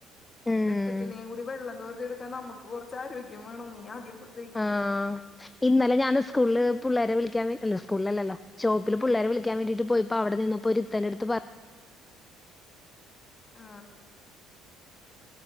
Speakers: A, on the left; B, on the left.
A: ഉം.
B: ഇതെക്കത്തിനേയും കൂടിവെള്ളം തോർത്തി എടുക്കാ നമക്ക് കൊറച്ച് ആരോഗ്യംവേണം നീ ആദ്യം ഫുഡ്കഴി.
A: ആഹ്. ഇന്നലെ ഞാന് സ്കുള് പുള്ളേരെ വിളിക്കാൻ സ്കൂളല്ലല്ലോ ഷോപ്പില് പുള്ളേരെ വിളിക്കാൻ വേണ്ടിയിട്ട് പോയി പ്പ അവടെനിന്നപ്പോ ഒരുത്തന്റെട്ത്ത് പ
B: ആ